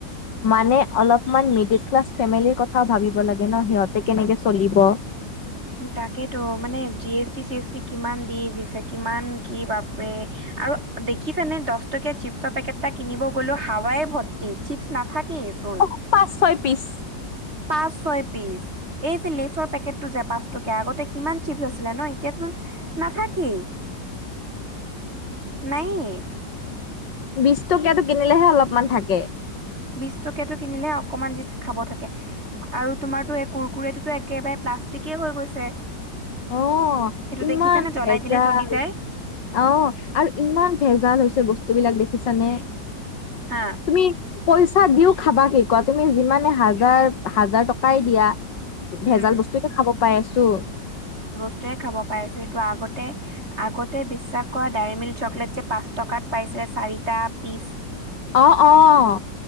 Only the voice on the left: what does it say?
মানে অলপমান মিডিল ক্লাছ ফেমিলিৰ কথাও ভাবিব লাগে ন' সিহঁতে কেনেকে চলিব।
অ পাঁচ ছয় পিছ।
বিশ টকীয়াটো কিনিলেহে অলপমান থাকে।
অঁ
ইমান
ভেজাল।
অঁ আৰু ইমান ভেজাল হৈছে বস্ এইবিলাক দেখিছানে?
তুমি পইচা দিও খাবা কি কোৱা তুমি যিমানে হাজাৰ হাজাৰ টকাই দিয়া
ভেজাল বস্তুয়েটো খাব পাই আছো।
অঁ অঁ।